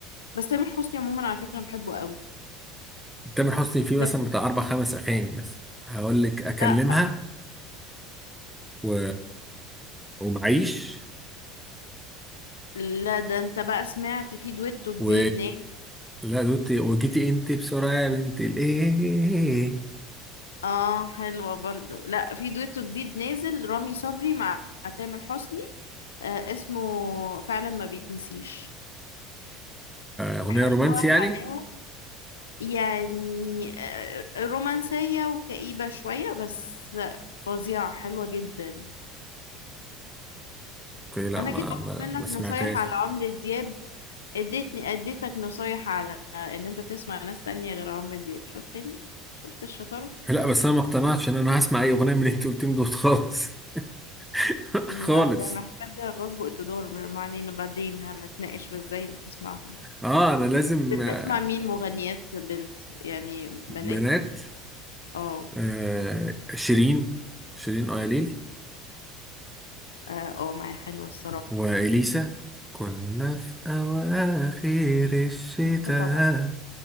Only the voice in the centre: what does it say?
تامر حسني فيه مثلا
بتاع اربع خمس اغاني مثلا هقول لك اكلمها
و ومعيش
و
لا دوتي وجيتي انت بسرعه يا بنت الايه
أغنية
رومانسي يعني؟
أوكي لا
ما
ما,
ما سمعتهاش
لا بس أنا ما اقتنعتش إن أنا هسمع أي أغنية من اللي أنت قلتهم دول خالص <laughs>
خالص
أه أنا لازم
آه،
بنات
آه شيرين شيرين أياليل
وإليسا كنا في أواخر الشتاء